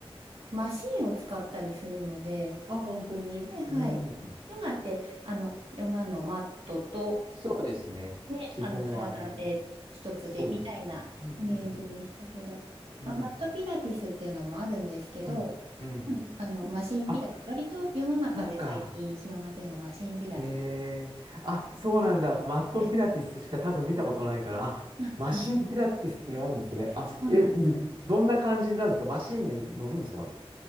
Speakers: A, on the right (about 70°); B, on the right (about 55°).
A: う、マシンを使ったりするので、
B: あ、本当に。
A: はいはい。
B: うん。
A: ヨガって、あの、ヨガのマットと、
B: そうですね。
A: ね、
B: 基本はね。
A: あの、体で一つでみたいなイメージでしたけど、
B: そうですね。うんうんうんうん。
A: ま、マットピラティスっていうのもあるんですけど、
B: うん。うん。うん。
A: うんあの、マシンピラティス、
B: あ、
A: 割と世の中で最近広がってるのがマシンピラティス。
B: そうか。えー、あ、そうなんだ。マットピラティスしか多分見たことないから、
A: はい。
B: あ、
A: <laughs> あうん
B: マシンピラティスっていうのがあるんですね。あ、
A: そうなん。
B: え、どどんな感じになるんですかマシンに乗るんですかまず。